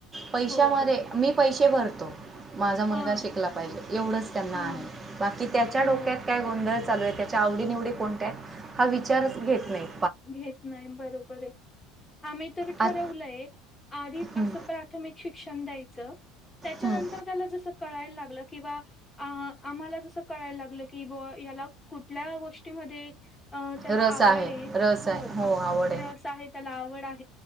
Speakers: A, on the right; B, on the left.
A: पैशा
B: हो
A: मदे
B: हो
A: मी पैसे भरतो. माझा मुलगा
B: हां
A: शिकला पाहिजे. एवढंच त्यांना
B: हां
A: आहे बाक कि त्याच्या
B: हो
A: डोक्यात काय गोंधळ चालू ये ते च्या आवडी निवडी कोणत्या आहेत हा विचारच घेत नईत.
B: घेत नाही बरोबर आहे आम्ही तर ठरवलंय
A: आज
B: आधी
A: हं,
B: असं प्राथमिक शिक्षण द्यायचं च त्याच्यानंतर
A: हं.
B: त्याला जस कळाय लाग किंवा आम्हाला जस कयला लागलं की ब याला कुठल्या गोष्टीमध्ये अ त्याला
A: रस
B: आवड आहे
A: रस
B: हो
A: आहे आवड
B: रस आहे त्याला आवड आहे